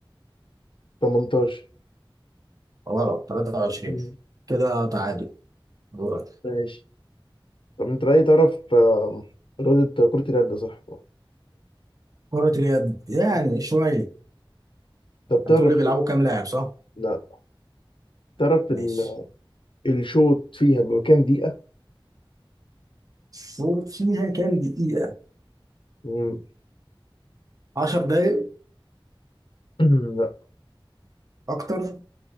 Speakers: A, on the left; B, on the right.
A: 18
B: غلط 23
A: مم.
B: كده تعادل دورك
A: ماشي طب انت بقى إيه تعرف آم، رياضة كرة اليد صح؟
B: كرة اليد يعني
A: م؟
B: شوية
A: طب تعرف
B: هتقول لي بيلعبوا كام لاعب صح؟
A: لا تعرف
B: ماشي
A: ال... الشوط فيها بكام دقيقة؟
B: شوف فيها كام دقيقة
A: مم.
B: 10 دقايق
A: مم. لا
B: أكتر